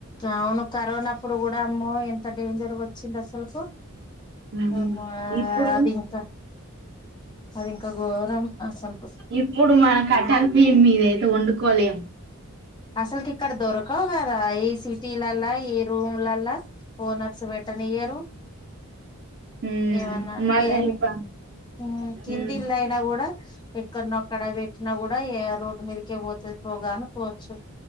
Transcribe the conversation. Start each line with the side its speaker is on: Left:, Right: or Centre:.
Left: అవును కరోనాప్పుడు కూడా అమ్మో ఎంత డేంజర్ వచ్చింది అసలుకు
Right: ఉమ్,
Left: ఆమో
Right: ఇప్పుడు
Left: అది ఇంకా అదిఇంకా ఘోరం అసలుకు
Right: ఇప్పుడు మనం కట్టల్పియి మీదయితే ఒండుకోలేం
Left: అసల్కిక్కడ దొరకవు కదా ఈ సిటీలల్ల ఈ రూమ్లల్ల ఓనర్స్ పెట్టనియ్యరు
Right: ఉమ్
Left: ఏమన్న నేయనీ
Right: మళ్ళా ఇప్ప
Left: హ కిందిల్లయినా
Right: ఉమ్
Left: గూడా ఎక్కన్నో అక్కడ పెట్టినా గూడా ఏ రోడ్డు మీదకే పోతది పోగా అనుకోవచ్చు